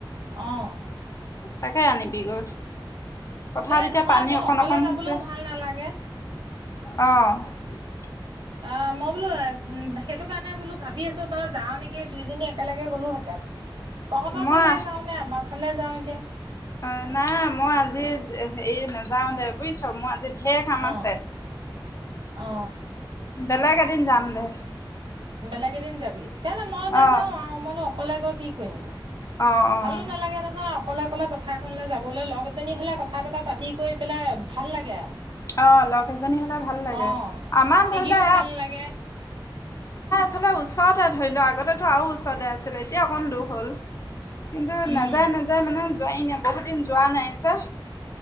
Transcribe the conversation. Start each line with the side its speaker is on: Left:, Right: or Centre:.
Right: অহ
Left: তাকে আনিবিগৈ পথাৰত
Right: এ
Left: এতিয়া
Right: নহয়
Left: পানী
Right: মই
Left: অকণ
Right: অকলে
Left: অকণ
Right: যাবলৈও
Left: হৈছে
Right: ভাল নালাগে
Left: অ', <inaudible>
Right: অ মই বোলো সেইটো কাৰণে বোলো ভাবি আছো তই যাও নেকি দুইজনী একেলগে গলোহেঁতেন। তহঁতৰ
Left: মই
Right: ফালে যাওঁ নে আমাৰ ইফালে যাওঁ এতিয়া
Left: অ নাই মই আজি হেৰি নাযাও দে বুজিছো মই আজি ধেৰ কাম
Right: অ
Left: আছে
Right: অ
Left: বেলেগ এদিন যাম দে
Right: বেলেগ এদিন যাবি তে'লে মই
Left: অ',
Right: নাযাও আৰু মইনো অকলে গৈ কি কৰিম
Left: অ', অ'।
Right: ভালো নালাগে নহয় অকলে অকলে পথাৰখনলৈ যাবলৈ লগ এজনী হলে ক কথা বতৰা পাতি কৰি পেলাই ভাল লাগে আৰু
Left: অ', লগ এজনী হ'লে ভাল লাগে
Right: অঁ
Left: আমাৰ
Right: ছিগিও
Left: ধৰি লোৱা
Right: ভাল লাগে।
Left: ফালে ওচৰতে ধৰিলো আগতেটো আৰু ওচৰতে আছিলে এতিয়া অকণ দূখ হ'ল। কিন্তু নাযায়-নাযায়
Right: উম
Left: মানে যোৱাই নাই, বহুত দিন- যোৱা নাই যে।